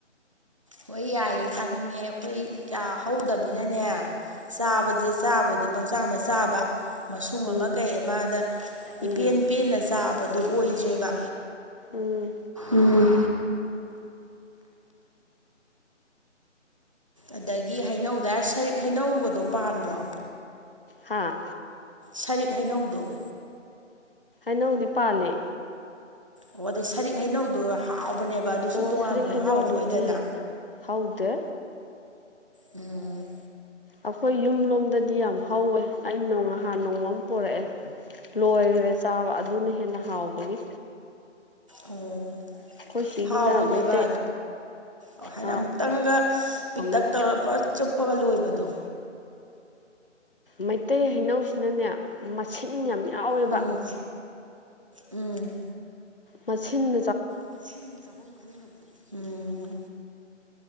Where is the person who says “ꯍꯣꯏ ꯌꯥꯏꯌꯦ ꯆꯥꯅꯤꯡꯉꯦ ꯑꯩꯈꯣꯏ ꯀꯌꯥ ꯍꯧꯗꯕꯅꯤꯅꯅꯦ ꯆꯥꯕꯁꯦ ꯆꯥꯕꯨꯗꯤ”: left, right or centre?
Right